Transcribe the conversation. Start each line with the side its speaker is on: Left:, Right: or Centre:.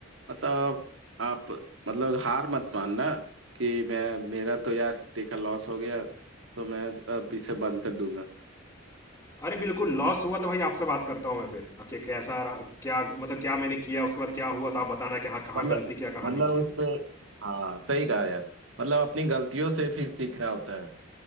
Right: मतलब आप मतलब हार मत मानना कि मैं मेरा तो यार इतने का लॉस हो गया तो मैं अब इसे बंद कर दूंगा
Left: अरे बिल्कुल लॉस हुआ तो भाई आपसे बात करता हूँ मैं फिर कि कैसा रहा क्या मतलब क्या मैंने किया उसके बाद क्या हुआ तो आप बताना कि हाँ कहाँ
Right: मतलब
Left: गलती किया कहाँ
Right: मतलब
Left: नहीं किया
Right: उससे हाँ सही कहा यार मतलब अपनी गलतियों से फिर सीखना होता है